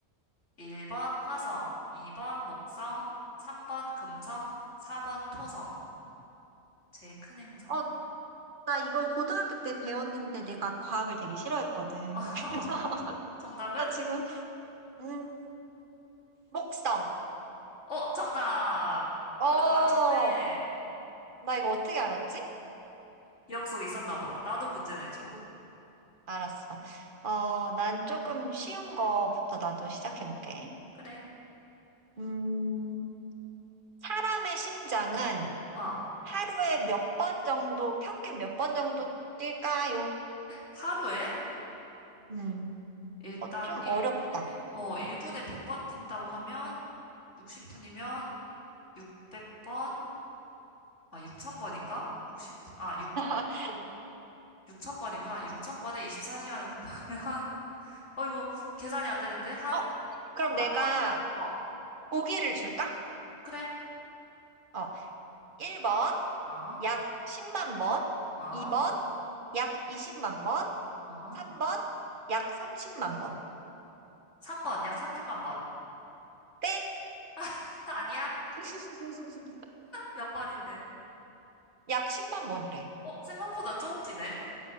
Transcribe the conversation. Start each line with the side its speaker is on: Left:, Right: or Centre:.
Left: 1번 화성, 2번 목성, 3번 금성, 4번 토성. 제일 큰 행성.
Right: 어, 나 이걸 고등학교 때 배웠는데 내가 과학을 되게 싫어했거든.
Left: <laughs>
Right: <laughs> 그래서
Left: 정답은?
Right: 나 지금, 음, 목성.
Left: 어, 정답!
Right: 어,
Left: 그래도 맞췄네.
Right: 나 이거 어떻게 알았지?
Left: 기억 속에 있었나 보다. 나도 문제 내줘.
Right: 어, 알았어. 어, 난 조금 쉬운 거부터 나도 시작해 볼게.
Left: 그래.
Right: 음, 사람의 심장은
Left: 아,
Right: 하루에 몇 번 정도, 평균 몇 번 정도 뛸까요?
Left: 하루에
Right: 음,
Left: 일단
Right: 어, 좀
Left: 1분에
Right: 어렵다.
Left: 어 1분에 100번 뛴다고 하면 60분이면 600번 아 6000번인가? 60분 아 6,
Right: <laughs>
Left: 육육0 0 0번이구나 6000번에 24시간을 곱하면 <laughs> 어 이거 계산이 안 되는데 한
Right: 어,
Left: 한
Right: 그럼
Left: 만
Right: 내가
Left: 번. 어.
Right: 보기를 줄까?
Left: 그래.
Right: 어. 1번,
Left: 어.
Right: 약 10만 번,
Left: 어.
Right: 2번, 약 20만 번,
Left: 어.
Right: 3번, 약 30만 번.
Left: 3번 약 30만 번.
Right: 땡!
Left: <laughs> 아니야?
Right: <laughs>
Left: 몇 번인데?
Right: 약 10만 번이래.
Left: 어 생각보다 조금 뛰네.